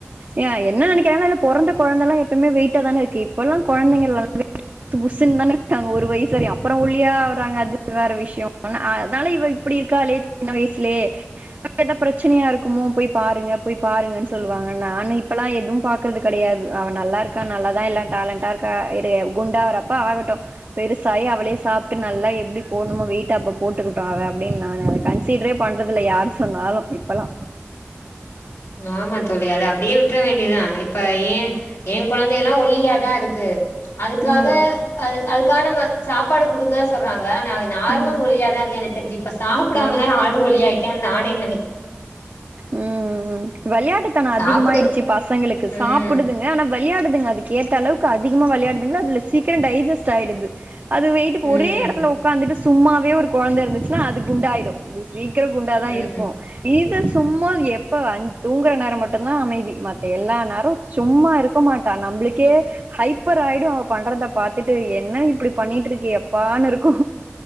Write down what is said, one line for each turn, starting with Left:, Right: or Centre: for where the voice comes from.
Right: ஏனா என்ன நெனைக்கிறாங்கனா இல்ல பொறந்த கொழந்தல்லா எப்யுமே வெயிட்டாதானருக்கு இப்பெல்லா கொழந்தைங்க புஷுனு தான இருக்காங்க ஒரு வயசு வரயு அப்புறோ ஒல்லியாவுறாங்க அது வேற விஷயொ அனா அதனால இவ இப்டி இருக்காளே சின்ன வயசுலே வேற எது பிரச்சனயா இருக்குமோ போய் பாருங்க போய் பாருங்கன்னு சொல்லுவாங்க நானு இப்பல்லா எது பாக்குறது கெடையாது அவ நல்லா இருக் கா நல்லாதா எல்லா டேலண்டாருக்கா இரு குண்டாரப்ப ஆகட்டு பெருசாயி அவளே சாப்ட்டு நல்லா எப்டி போணுமோ வெயிட்டு அப்ப போட்டுக்கிட்டும் அவ அப்டின்னு நா நெனக் கன்ச் சீட்ரே பண்றதுல்ல யார் சொன்னாலு இப்பல்லா
Left: ஆமா தொழி அத அப்டியே விட் ற வேண்டிதா இப்ப ஏ ஏ கொழந்தயெல்லா ஒல்லியாதாருக்கு அதுக்காக
Right: ம்.
Left: அது அதுக்காக நம்ம சாப்பாடு குடுங்க சொல்றாங்க நா நார்மல்
Right: ம்.
Left: ஒல்லியாதா இருக்கா எனக்கு தெரிஞ்சி இப்ப சாப்புடாமதா
Right: ம்.
Left: ஆள் ஒல்லியாயிருகே நானு என்
Right: ம் வெளையாட்டுத்தனம்
Left: சாப்புடு
Right: அதிகமாயிடுச்சு பசங்களுக்கு சாப்பிடுதுங்
Left: ம்
Right: ஆனா வெளையாடுதுங்க அதுக்கு ஏத்த அளவுக்கு அதிகமா வெளையாடுதுங்க அதுல சீக்கிறொ டைஜஸ்ட் ஆய்டுது அது வெயிட்டு போ
Left: ம்
Right: ஒரே எடத்துல உக்காந்துட்டு சும்மாவே ஒரு கொழந்த இருந்துச்சுன்னா அது குண்டாய்டு சீக்கிரோ குண்டாதாருக்
Left: ம்
Right: இது சும்மா எப்ப அஞ் தூங்குற நேரொ மட்டுந்தா அமைதி மத்த எல்லா நேரொ சும்மா இருக்க மாட்டா நம்பளுக்கே ஹைப்பர் ஆயிடு அவ பண்றத பாத்துட்டு என்ன இப்டி பண்ணிட்டு இருக்கியே எப்பான்னுருக்கு